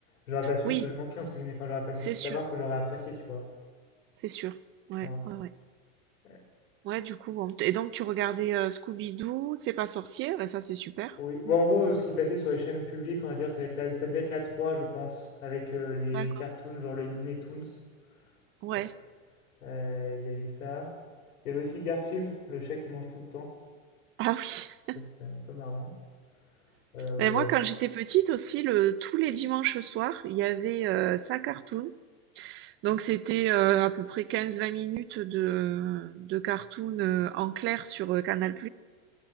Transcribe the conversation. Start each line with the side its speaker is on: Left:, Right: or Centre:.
Left: j'aurais pas su
Right: Oui,
Left: ce que je manquais, entre guillemets, enfin, j'aurais pas
Right: c'est
Left: pu savoir
Right: sûr,
Left: que j'aurais apprécié, tu vois.
Right: c'est sûr. Ouais,
Left: Voilà.
Right: ouais, ouais.
Left: Euh,
Right: Ouais, du coup, bon. Et donc, tu regardais euh, Scooby-Doo, c'est pas sorcier. Bah, ça, c'est super.
Left: Oui. Bon,
Right: Mm,
Left: en gros, euh, ce qui passait sur les chaînes publiques, on va dire, ça va être la- ça devait être la 3 je pense, avec euh, les
Right: D'accord.
Left: cartoons, genre les Looney Tunes.
Right: Ouais.
Left: Ça- euh, Il y avait ça. Il y avait aussi Garfield, le chat qui mange tout le temps.
Right: Ah oui.
Left: Ça, c'était un peu marrant. Euh, ouais.
Right: Mais moi, quand j'étais petite aussi, le, tous les dimanches soirs, il y avait euh, ça cartoon. Donc, c'était euh, à peu près quinze vingt minutes de, de cartoon euh, en clair sur euh, Canal+.